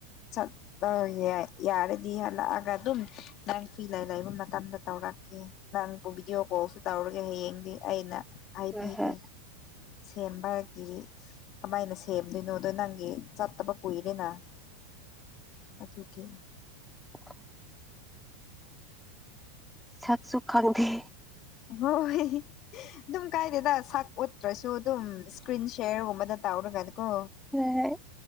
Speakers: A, on the left (about 45°); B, in the centre.
A: ꯆꯠꯄ ꯌꯥꯏ ꯌꯥꯔꯗꯤ ꯍꯜꯂꯛꯑꯒ ꯑꯗꯨꯝ ꯅꯪ ꯐ꯭ꯔꯤ ꯂꯩ ꯂꯩꯕ ꯃꯇꯝꯗ ꯇꯧꯔꯛꯀꯦ ꯅꯪꯕꯨ ꯚꯤꯗꯤꯑꯣ ꯀꯣꯜꯁꯨ ꯇꯧꯔꯒꯦ ꯍꯌꯦꯡꯗꯤ ꯑꯩꯅ ꯍꯥꯏꯕꯤꯒꯦ
B: ꯍꯣꯏ ꯍꯣꯏ
A: ꯁꯦꯝꯕꯒꯤ ꯀꯃꯥꯏꯅ ꯁꯦꯝꯗꯣꯏꯅꯣꯗꯣ ꯅꯪꯒꯤ ꯆꯠꯇꯕ ꯀꯨꯏꯔꯦꯅ ꯑꯗꯨꯒꯤ
B: ꯑꯣ ꯁꯛꯁꯨ ꯈꯪꯗꯦ
A: ꯍꯣꯏ ꯑꯗꯨꯝ ꯀꯥꯏꯗꯦꯗ ꯁꯛ ꯎꯠꯇ꯭ꯔꯁꯨ ꯑꯗꯨꯝ ꯏꯁꯀ꯭ꯔꯤꯟ ꯁꯦꯔꯒꯨꯝꯕꯗ ꯇꯧꯔꯒꯅꯤꯀꯣ
B: ꯍꯣꯏ ꯍꯣꯏ